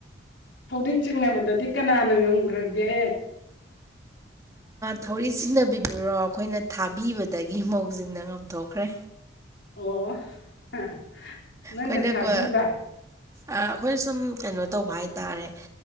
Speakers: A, on the left (about 75°); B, on the right (about 15°).
A: ꯐꯥꯎꯗꯤꯛ ꯆꯤꯡꯅꯕꯗꯗꯤ ꯀꯅꯥꯅ ꯉꯝꯈ꯭ꯔꯒꯦ
B: ꯊꯧꯔꯤ ꯆꯤꯟꯅꯕꯤꯗꯨꯔꯣ ꯑꯩꯈꯣꯏꯅ ꯊꯥꯕꯤꯕꯗꯒꯤ ꯃꯧꯁꯤꯅ ꯉꯥꯝꯊꯣꯛꯈ꯭ꯔꯦ
A: ꯑꯣ ꯍꯥ ꯅꯪꯅ
B: ꯀꯣꯏꯅꯀ
A: ꯊꯥꯕꯤꯕ
B: ꯑꯩꯈꯣꯏꯅ ꯁꯨꯝ ꯀꯩꯅꯣ ꯇꯧꯕ ꯍꯥꯏꯇꯥꯔꯦ